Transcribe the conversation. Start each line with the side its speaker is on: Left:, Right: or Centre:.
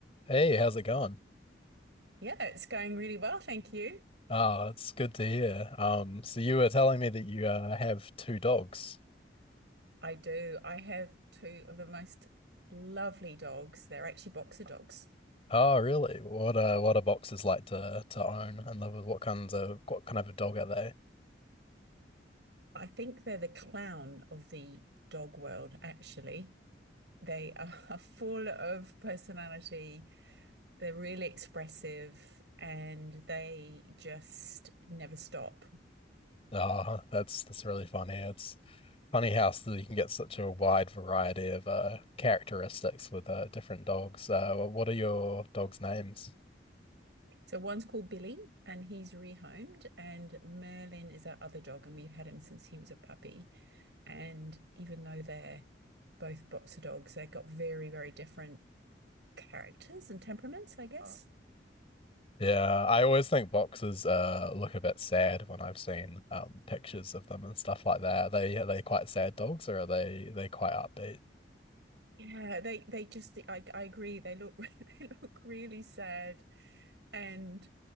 Left: Hey, how's it going?
Right: Yeah, it's going really well, thank you.
Left: Oh, it's good to hear. Um, so you were telling me that you uh, have two dogs.
Right: I do. I have two of the most lovely dogs. They're actually boxer dogs.
Left: Oh, really? What uh, what are boxes like to to own and live with? What kinds of what kind of a dog are they?
Right: I think they're the clown of the dog world, actually. They are <laughs> full of personality. They're really expressive and they just never stop.
Left: Oh, that's that's really funny. It's funny how s- you can get such a wide variety of uh, characteristics with uh, different dogs. Uh, wh- what are your dogs' names?
Right: So one's called Billy and he's rehomed, and Merlin is our other dog, and we've had him since he was a puppy. And even though they're both boxer dogs, they've got very, very different characters and temperaments, I guess. Oh.
Left: Yeah, I always think boxers uh look a bit sad when I've seen um pictures of them and stuff like that. Are they are they quite sad dogs or are they they quite upbeat?
Right: Yeah, they they just I I agree. They look <laughs> they look really sad and